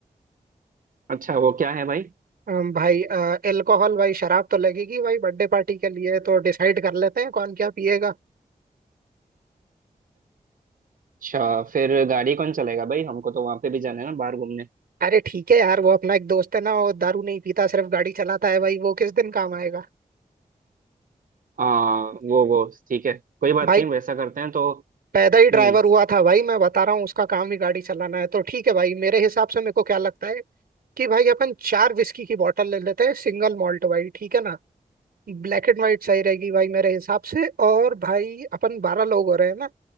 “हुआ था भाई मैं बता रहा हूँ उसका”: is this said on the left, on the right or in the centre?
Right